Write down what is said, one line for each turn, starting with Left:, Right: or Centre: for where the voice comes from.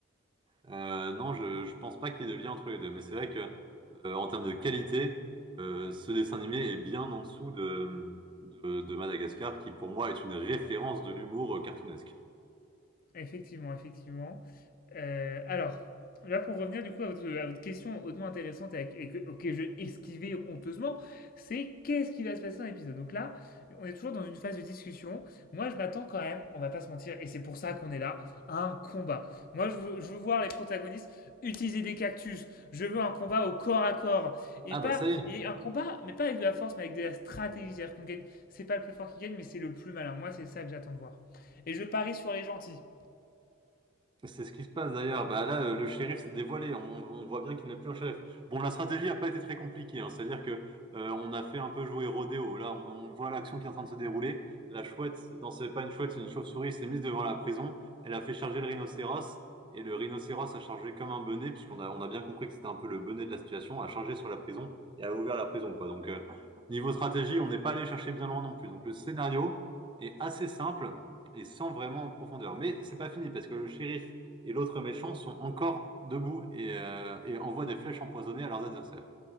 Right: Euh, non, je, je pense pas qu'il y ait de lien entre les deux, mais c'est vrai que euh, en termes de qualité, euh, ce dessin animé est bien en dessous de, de, de Madagascar, qui pour moi est une référence de l'humour euh, cartoonesque.
Left: Effectivement, effectivement. Euh, alors, là pour revenir du coup à votre, à votre question hautement intéressante et, à- et que, auquel je esquivais honteusement, c'est qu'est-ce qui va se passer dans l'épisode. Donc là, on est toujours dans une phase de discussion. Moi, je m'attends quand même, on va pas se mentir, et c'est pour ça qu'on est là, à un combat. Moi, je veux, je veux voir les protagonistes utiliser des cactus. Je veux un combat au corps à corps et
Right: Ah
Left: pas
Right: bah ça y est,
Left: et un combat, mais pas avec de la force, mais avec de la stratégie. C'est-à-dire qu'on gagne, c'est pas le plus fort qui gagne, mais c'est le plus malin. Moi, c'est ça que j'attends de voir. Et je parie sur les gentils.
Right: C'est ce qui se passe d'ailleurs. Bah là, euh, le shérif s'est dévoilé. On, on voit bien qu'il n'est plus un shérif. Bon, la stratégie n'a pas été très compliquée. hein. C'est-à-dire que euh, on a fait un peu jouer rodéo. Là, on, on voit l'action qui est en train de se dérouler. La chouette, non, c'est pas une chouette, c'est une chauve-souris, s'est mise devant la prison. Elle a fait charger le rhinocéros et le rhinocéros a chargé comme un benet, puisqu'on a, on a bien compris que c'était un peu le benet de la situation, a chargé sur la prison et a ouvert la prison, quoi. Donc euh, niveau stratégie, on n'est pas allé chercher bien loin non plus. Donc le scénario est assez simple et sans vraiment en profondeur. Mais c'est pas fini parce que le shérif et l'autre méchant sont encore debout et, euh, et envoient des flèches empoisonnées à leurs adversaires.